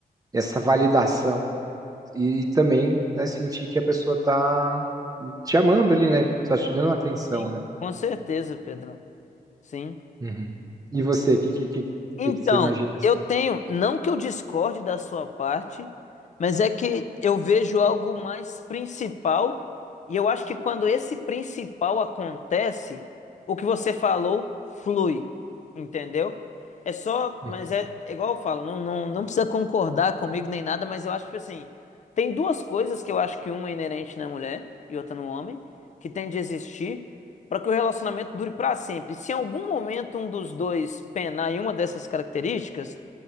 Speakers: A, on the right (about 25°); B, on the left (about 50°).
A: Essa validação. E também, né, sentir que a pessoa tá te amando ali, né? Tá te dando atenção,
B: Sim,
A: né?
B: com certeza, Pedrão. Sim.
A: Uhum. E você, o que, que, que,
B: Então,
A: que que você imagina assim?
B: eu tenho, não que eu discorde da sua parte, mas é que eu vejo algo mais principal, e eu acho que quando esse principal acontece, o que você falou flui, entendeu? É só,
A: Uhum.
B: mas é, é igual eu falo, não, não, não precisa concordar comigo nem nada, mas eu acho que assim, tem duas coisas que eu acho que uma é inerente na mulher e outra no homem, que tem de existir para que o relacionamento dure para sempre. Se em algum momento um dos dois penar em uma dessas características,